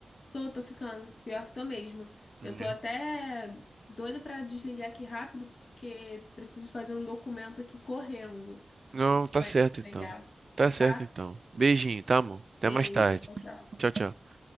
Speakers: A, on the left (about 60°); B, on the right (about 50°).
A: Tô, tô ficando. Pior que tô mesmo.
B: Hum.
A: Eu tô até doida pra desligar aqui rápido, porque preciso fazer um documento aqui correndo
B: Não, tá
A: pra
B: certo
A: entregar,
B: então. Tá certo
A: tá?
B: então. Beijinho, tá, amor? Até
A: Beijo,
B: mais tarde.
A: tchau, tchau.
B: Tchau, tchau.